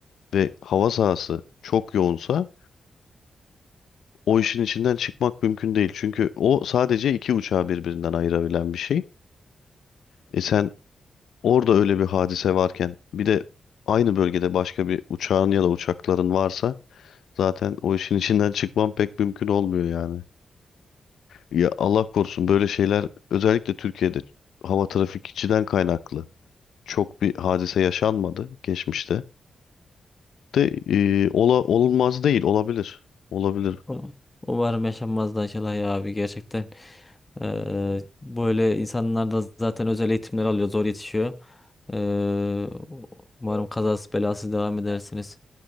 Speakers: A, on the left; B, on the left.
A: ve hava sahası çok yoğunsa o işin içinden çıkmak mümkün değil. Çünkü o sadece iki uçağı birbirinden ayırabilen bir şey. E sen orada öyle bir hadise varken bir de aynı bölgede başka bir uçağın ya da uçakların varsa Zaten o işin içinden çıkmam pek mümkün olmuyor yani. Ya Allah korusun böyle şeyler özellikle Türkiye'de hava trafikçiden kaynaklı çok bir hadise yaşanmadı geçmişte. De e, ola, olmaz değil olabilir. Olabilir.
B: Um- Umarım yaşanmaz da Aşılay ya abi gerçekten. Eee, böyle insanlar da zaten özel eğitimler alıyor zor yetişiyor. Eee, umarım kazası belasız devam edersiniz.